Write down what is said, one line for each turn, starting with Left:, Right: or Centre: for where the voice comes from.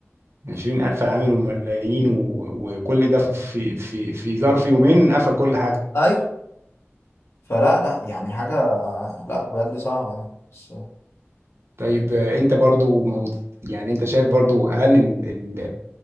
Right: 20000 عامل وملايين و- وكل ده في في في ظرف يومين قفل كل حاجه
Left: أيوه فلا لا يعني حاجة لا بجد صعبة يعني بس
Right: طيب آه، انت برضو موت يعني انت شايف برضو هل ال... ال...